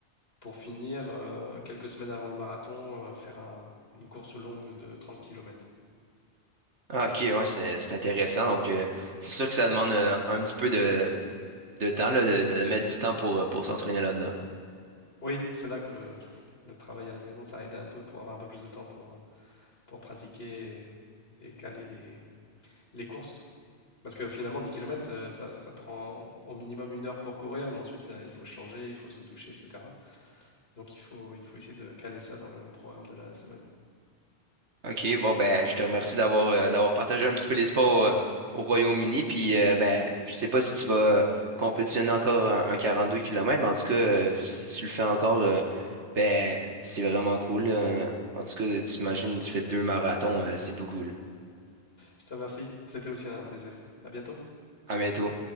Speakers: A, on the left; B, on the right.
A: pour finir, euh, quelques semaines avant le marathon, euh, faire un- une course longue de 30 km.
B: Ah, ok, ouais, c'est c'est intéressant. Donc euh, c'est sûr que ça demande euh, un petit peu de, de temps, là, de, de mettre du temps pour, euh, pour s'entraîner là-dedans.
A: Oui, c'est là que le, le travail à la maison, ça aide un peu pour avoir un peu plus de temps pour, pour pratiquer et, et caler les, les courses. Parce que finalement, 10 kilomètres, euh, ça, ça prend au minimum une heure pour courir, mais ensuite, euh, il faut changer, il faut se doucher, etc. Donc, il faut, il faut essayer de caler ça dans le programme de la semaine.
B: OK, bon ben je te remercie d'avoir euh, d'avoir partagé un petit peu les sports euh, au Royaume-Uni. Puis euh, ben je sais pas si tu vas euh, compétitionner encore un, un 42 km, mais en tout cas, euh, si tu le fais encore, euh, ben c'est vraiment cool. là. En tout cas, t'imagines, tu fais deux marathons, euh, c'est beaucoup là.
A: Je te remercie. C'était aussi un plaisir. À bientôt.
B: À bientôt.